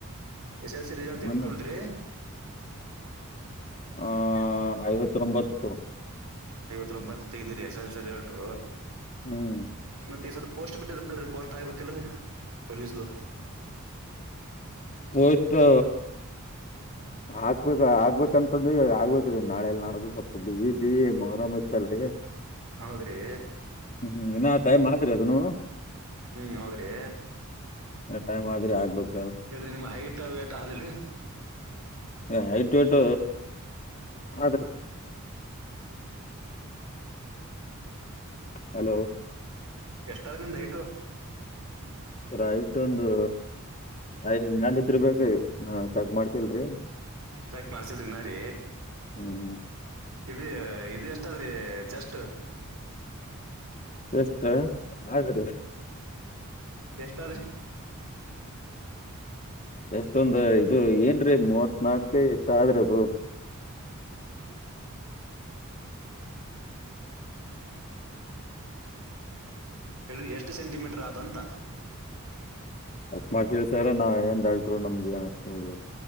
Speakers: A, on the right (about 75°); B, on the left (about 35°).
A: ಎಸ್ ಎಲ್ ಸಿ ರಿಸಲ್ಟ್
B: ಅದ
A: ತಗಸ್ಕೊಂಡ್ರಿ.
B: ಆ ಐವತ್ತೊಂಬತ್ತು.
A: ಐವತೊಂಬತ್ತು ತೆಗ್ದಿರಿ ಎಸ್ಸೆಲ್ಸಿ ರಿಸಲ್ಟು.
B: ಹ್ಮ್
A: ಮತ್ತೆ ಈ ಸರ ಪೋಸ್ಟ್ ಬಿಟ್ಟದಲ್ರೀ ಪೋಸ್ಟ್ ಆಗ್ಬೇಕಲ್ರಿ ಪೊಲೀಸು.
B: ಹೋಯ್ತು ಹಕ್ಬೇಕ ಹಾಗ್ಬೇಕಂತ <unintelligible> ಆಗ್ಬೇಕ್ರೀ ನಾಳೆಲ್ ನಾಡ್ದು ಸ್ವಲ್ಪ ಬಿಸಿ ಇದೀವಿ ಮೊಹರಮ್ ಐತಲ್ರೀ.
A: ಹೌದ್ರೀ?
B: ಹ್ಮ್ ಹ್ಮ್ ಇನ್ ಆ ಟೖಮಾದ್ರಿ ಅದನು
A: ಹ್ಮ್ ಹೌದ್ರಿ
B: ಟೈಮ್ ಆದ್ರೆ ಆಗ್ಬೇಕ್.
A: ಹೇಳ್ರಿ ನಿಮ್ ಹೈಟ್ ವೇಟ್ ಆದಿಲ್ರಿ.
B: ಏ ಹೖಟ್ ವೇಟ್ ಆದ್ರೀ. ಹಲೋ
A: ಎಷ್ಟಾದ್ ನಿಂದ್ ಹೈಟು?
B: ಐಯ್ ಷ್ಟೊಂದು ಐದ್ನಲ್ ಇದ್ದಿರ್ ಬೇಕ್ರೀ ನಾ ಚೆಕ್ ಮಾಡ್ಸಿಲ್ರಿ.
A: ಚ ಮಾಡ್ಸಿದಿಲ್ಲರೀ
B: ಹ್ಮ್
A: ಇ ಇದು ಎಷ್ಟದ್ರಿ ಚೆಸ್ಟ್?
B: ಎಷ್ಟ ಹಾಗ್ರೀ.
A: ಎಷ್ಟಾದ್ರೆ
B: ಎಷ್ಟೊಂದು ಇದು ಏನ್ರೀ ಮೂವತ್ ನಾಲ್ಕು ಎಷ್ಟ ಆದ್ರ ಅದು.
A: ಹ ಹೇಳ್ರಿ ಎಷ್ಟು ಸೆಂಟಿಮೀಟರ್ ಆದಂತ.
B: ಚೆಕ್ ಮಾಡ್ತಿ ಸರ ನಾವ್ ಏನ್ ಡಾಕ್ಟರು ನಮ್ಗೆ ಏನಷ್ಟದ.